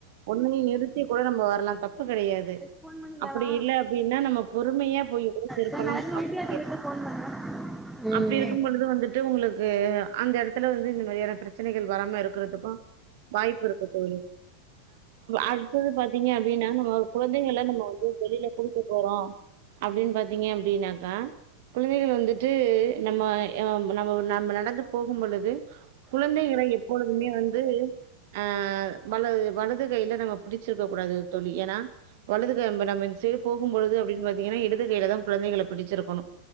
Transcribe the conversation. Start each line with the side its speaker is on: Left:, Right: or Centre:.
Right: ஒண்ணு நிறுத்தி கூட நம்ம வர்லாம் தப்பு தப்பு கெடையாது
Centre: ஃபோன் பண்ணி
Right: அப்படி
Centre: கேளா
Right: இல்லே நம்ம பொறுமயா போய் திருப்பலா
Centre: சரி நா ஏற்கனவே
Right: அப்பயே
Centre: வித்யார்த்தி கிட்ட ஃபோன் பண்ணே ம்
Right: அப்டி இருக்கும் பொழுது வந்துட்டு உங் உங்ளுக்கு அந்த எடத்துல வந்து இந்த மாரியான பிரச்சனைகள் வராம இருக்கிறதுக்கு வாய்ப்பிருக்கு தோழி அடுத்தது பாத்தீங்க அப்டின்னா நமோ கொழந்தைகள நம்ம வந்து வெளில போறோ அப்டின் பாத்தீங்க அப்டின்னாக்கா குழந்தைகள் வந்துட்டு நம்ம நம்ம நம்ம நடந்து போகும் பொழுது குழந்தைகள எப்பொழுதுமே வந்து அ வலது வலது கைல நம்ம பிடிச்சிருக்க கூடாது தொழி ஏன்னா வலது கை ந நம்ம சரி போகும்பொழுது அப்டின்னு பாத்தீங்கன்னா இடது கையில தா குழந்தைகள பிடிச்சிருக்கணு